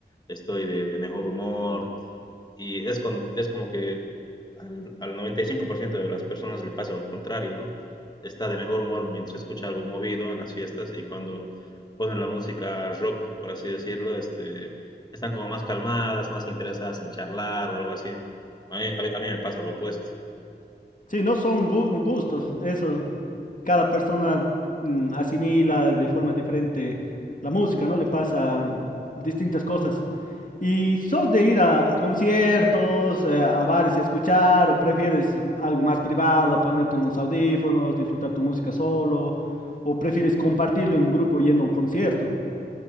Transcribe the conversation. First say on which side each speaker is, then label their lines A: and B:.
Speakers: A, on the left; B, on the left.
A: estoy de, de mejor humor. Y es, con- es como que al, al 95% de las personas le pasa lo contrario, ¿no? Está de mejor humor mientras escucha algo movido en las fiestas y cuando ponen la música rock, por así decirlo, este, están como más calmadas, más interesadas en charlar o algo así. A mí, a mí- a mí me pasa lo opuesto.
B: Sí, no son gu- gustos, eso cada persona mm, asimila de forma diferente la música, ¿no? Le pasa distintas cosas. ¿Y sos de ir a, a conciertos, eh, a bares a escuchar o prefieres algo más privado, ponerte unos audífonos, disfrutar tu música solo o prefieres compartirlo en un grupo yendo a un concierto?